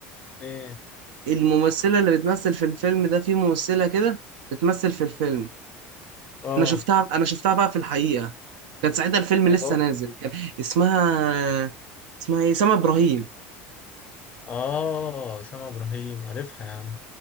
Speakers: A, on the left (about 25°); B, on the right (about 80°).
A: ايه
B: الممثله اللي بتمثل في الفيلم ده في ممثله كده بتمثل في الفيلم
A: اه
B: انا شفتها انا شفتها بقى في الحقيقه كان ساعتها الفيلم
A: يا
B: لسه
A: بابا
B: نازل كان اسمها اسمها ايه سما ابراهيم
A: اه سامع ابراهيم عارفها يا عم